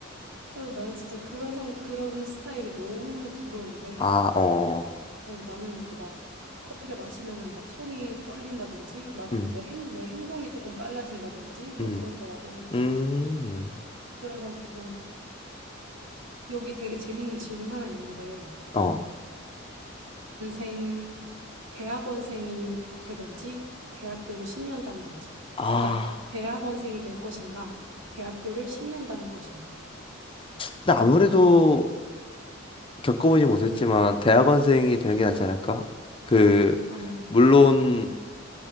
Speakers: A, on the right; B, on the left.
A: 그래서 나는 진짜 그런 상, 그런 스타일이 너무 부러운데
B: 아, 어, 어.
A: 어, 나는 이렇게 막 커피를 마시면은 막 손이 떨린다든지, 막
B: 음,
A: 내 행, 내 행동이 조금 빨라진다든지, 막
B: 음,
A: 그러더라고.
B: 음,
A: 그래가지고, 여기 되게 재밌는 질문 하나 있는데,
B: 어,
A: 대학원생, 대학원생이 되든지, 대학교를 10년 다니든지.
B: 아.
A: 그러니까, 대학원생이 될 것인가, 대학교를 10년 다닐 것인가.
B: 근데 아무래도 겪어보지 못했지만 대학원생이 되는 게 낫지 않을까? 그,
A: 아,
B: 물론